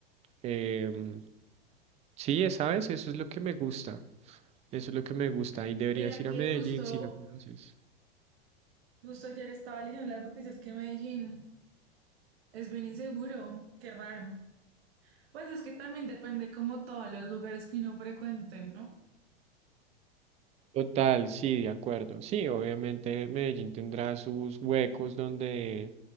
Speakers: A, on the right; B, on the right.
A: Em, sí, ¿sabes? Eso es lo que me gusta. Eso es lo que me gusta. Y deberías
B: Mira
A: ir
B: que
A: a Medellín
B: justo
A: si no conoces.
B: Justo ayer estaba leyendo las noticias que Medellín es bien inseguro, qué raro. Pues es que también depende como todos los lugares que uno frecuente, ¿no?
A: Total, sí, de acuerdo. Sí, obviamente Medellín tendrá sus huecos donde